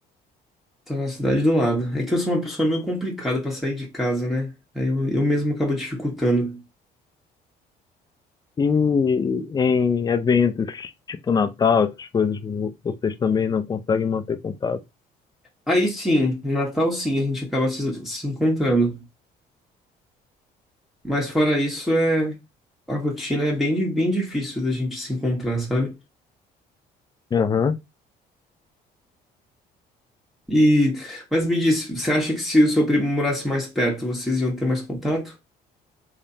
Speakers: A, in the centre; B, on the left (about 25°).
A: tô na cidade do lado. É que eu sou uma pessoa meio complicada pra sair de casa, né? Aí eu, eu mesmo acabo dificultando.
B: E em eventos tipo Natal, essas coisas, vo- vocês também não conseguem manter contato?
A: Aí sim, no Natal sim, a gente acaba se, se encontrando. Mas fora isso, é, a rotina é bem, di- bem difícil da gente se encontrar, sabe?
B: Aham.
A: E, mas me disse, você acha que se o seu primo morasse mais perto, vocês iam ter mais contato?